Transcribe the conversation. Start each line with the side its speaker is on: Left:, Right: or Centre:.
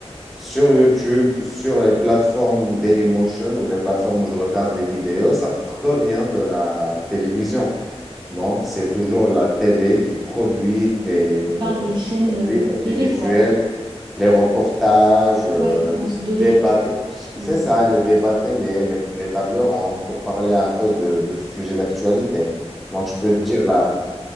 Centre: sur YouTube, sur les plateformes Dailymotion ou les plateformes où je regarde les vidéos, ça provient de la télévision. Donc, c'est toujours la télé qui produit les
Right: Tu
Centre: euh,
Right: parles des chaînes
Centre: produits
Right: euh,
Centre: audiovisuels,
Right: télé, quoi.
Centre: les reportages, euh,
Right: Ouais, France
Centre: les
Right: 2.
Centre: débats. t-
Right: ouais.
Centre: C'est ça, les débats télé, les, les tables rondes pour parler un peu de, de sujets d'actualité. Donc, je peux dire la,